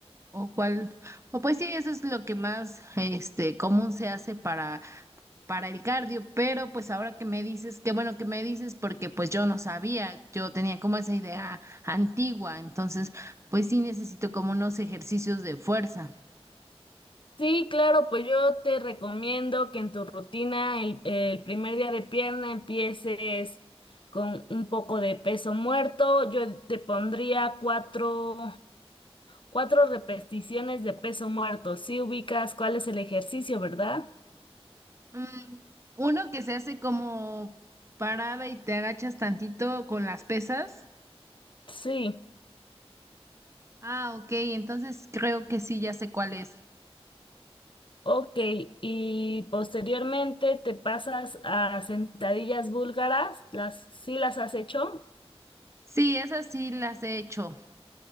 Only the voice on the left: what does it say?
Sí, claro, pues yo te recomiendo que en tu rutina el, el primer día de pierna empieces con un poco de peso muerto. Yo te pondría cuatro Cuatro repeticiones de peso muerto. Sí ubicas cuál es el ejercicio, ¿verdad?
Sí.
Ok. Y posteriormente te pasas a sentadillas búlgaras. ¿Las, sí las has hecho?